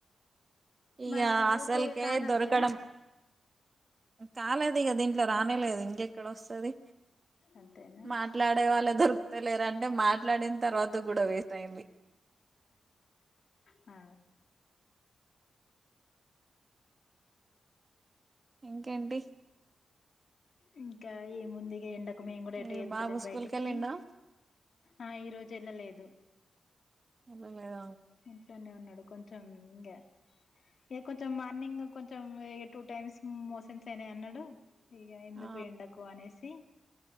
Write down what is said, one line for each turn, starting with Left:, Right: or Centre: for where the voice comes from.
Right: ఇక
Left: మరి అది
Right: అసలుకే
Left: ఓకే కానట్టేనా
Right: దొరకడం కాలేదు దీంట్లో రానేలేదు ఇంకెక్కడ వస్తుది
Left: అంతేనా
Right: మాట్లాడే వాళ్లేదోరు కుతలేరు అంటే మాట్లాడిన తర్వాత కూడా వేస్ట్ అయింది
Left: అ
Right: ఇంకేంటి
Left: ఇంకా ఏముందిగా ఎండ మేము కూడా ఎటు
Right: ఈ
Left: ఏళ్తలేం
Right: బాబు స్కూల్కి
Left: బైటికి
Right: వెళ్ళిండా
Left: ఆ ఈ రోజు ఏళ్ళలేదు
Right: ఎల్లలేద
Left: ఇంట్లోనే ఉన్నాడు కొంచెం ఉండా ఇగ కొంచెం మార్నింగ్ కొంచెం ఇగ టూ టైమ్స్ మోషన్స్ అయినై అన్నాడు ఇగ ఎందుకు
Right: ఆ
Left: ఎండకు అనేసి